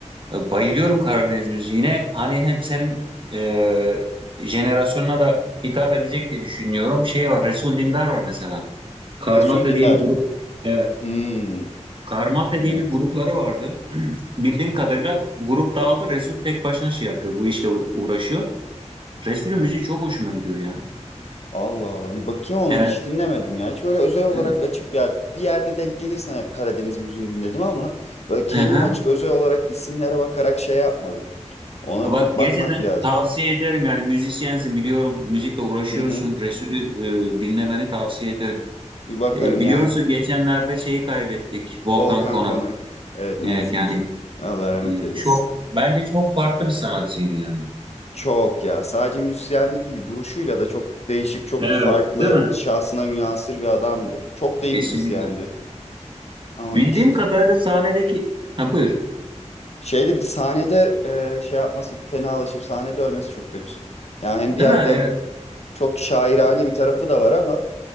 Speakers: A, on the right; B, on the left.
A: e, bayılıyorum Karadeniz müziğine. Hani hep senin e, jenerasyonuna da hitap edecek diye düşünüyorum. Şey var Resul Dindar var mesela. Karmata
B: Resul Dinler.
A: diye bir grup. Evet.
B: Hmm,
A: Karmata
B: bu
A: diye
B: ne?
A: bir grupları vardı. <clears throat> Bildiğim kadarıyla grup dağıldı. Resul tek başına şey yapıyor. Bu işle u- uğraşıyor. Resul'ün müziği çok hoşuma gidiyor ya.
B: Allah Allah bir bakayım onu
A: Evet.
B: hiç dinlemedim ya. Hiç böyle özel olarak
A: Hı
B: açıp ya bir yerde denk gelirsen hep Karadeniz müziğini dinledim ama böyle kendim
A: hı.
B: açıp özel olarak isimlere bakarak şey yapmadım. Ona
A: Bak
B: bir bakmak
A: gerçekten
B: lazım.
A: tavsiye ederim yani müzisyensin biliyorum müzikle uğraşıyorsun.
B: Hı hı.
A: Resul'ü e, dinlemeni tavsiye ederim.
B: Bir bakarım
A: E, biliyorsun
B: yani
A: geçenlerde şeyi kaybettik Volkan
B: Volkan
A: Konak.
B: Konak. Evet ne
A: Evet
B: yazık
A: yani
B: ki. Allah rahmet
A: e,
B: eylesin.
A: çok bence çok farklı bir sanatçıydı yani.
B: Çok ya sadece müzisyenliği değil duruşuyla da çok değişik çok
A: Evet,
B: farklı
A: değil mi?
B: şahsına münhasır bir adamdı. Çok da iyi
A: Kesinlikle.
B: müzisyendi. Ama
A: Bildiğim
B: işte
A: kadarıyla sahnedeki ha buyur.
B: şeyde bir de sahnede e, şey yapması fenalaşıp sahnede ölmesi çok kötü. Yani hem
A: Değil
B: bir yerden
A: mi? Evet.
B: çok şairane bir tarafı da var ama